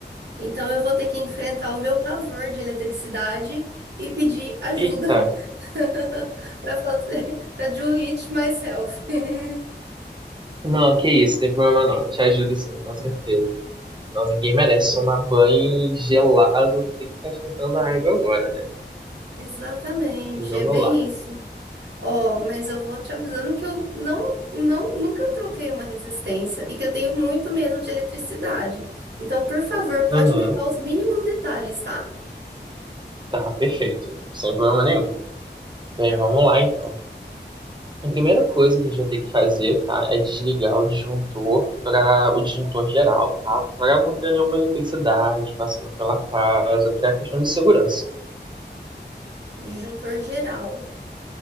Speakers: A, on the right (about 70°); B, on the right (about 25°).
A: Então eu vou ter que enfrentar o meu pavor de eletricidade e pedir ajuda
B: Eita,
A: <laughs> para fazer, para do it myself. <laughs>
B: não, que isso, tem problema não. Te ajudo sim, com certeza. Não, ninguém merece
A: Beleza.
B: tomar banho gelado, tem que ficar esquentando a água agora, né?
A: Exatamente,
B: Mas Vamos
A: é bem
B: lá.
A: isso. Ó, mas eu vou te avisando que eu não, não, nunca troquei uma resistência e que eu tenho muito medo de eletricidade. Então, por favor,
B: Aham.
A: pode me dar os mínimos detalhes, tá?
B: Tá, perfeito. Sem problema nenhum. Bem,
A: Tá.
B: vamos lá então. A primeira coisa que a gente vai ter que fazer, tá, é desligar o disjuntor para o disjuntor geral, tá? Para não ter nenhuma eletricidade passando pela casa, para questão de segurança.
A: Disjuntor geral.